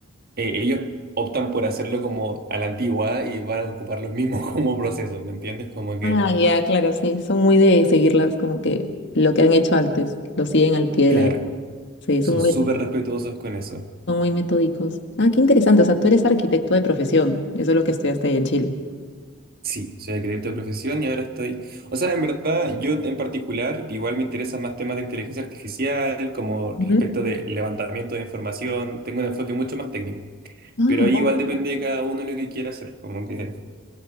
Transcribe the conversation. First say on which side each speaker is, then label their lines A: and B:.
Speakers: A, on the right; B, on the left.
A: eh, ellos optan por hacerlo como a la antigua y van a ocupar los mismos <laughs> como procesos, ¿me entiendes? Como que,
B: Ah, ya, claro, sí. Son muy de seguirlas como que lo que han hecho antes, lo siguen al pie
A: claro,
B: de la letra. Sí,
A: son
B: son muy,
A: súper respetuosos con eso.
B: son muy metódicos. Ah, qué interesante. O sea, tú eres arquitecto de profesión. Eso es lo que estudiaste ahí en Chile.
A: Sí, soy acredito de profesión y ahora estoy, o sea, en verdad, yo en particular, igual me interesan más temas de inteligencia artificial, como
B: Ujú.
A: respecto de levantamiento de información, tengo un enfoque mucho más técnico,
B: Ah,
A: pero ahí
B: wow.
A: igual depende de cada uno lo que quiera hacer, como que